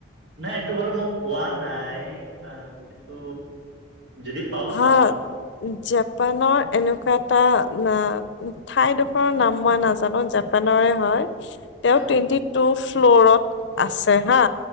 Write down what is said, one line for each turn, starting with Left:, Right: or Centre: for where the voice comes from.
Right: নাই এইটো বাৰু মই পোৱা নাই কিন্তু যদি পাও
Left: হ
Right: চাম
Left: জাপানৰ এনেকুৱা টা না ঠাইডোখৰৰ নাম মই নাজানো জাপানৰে হয়। তেওঁ
Right: হয়
Left: টুৱেণ্টি টু ফ্ল'ৰত আছে হা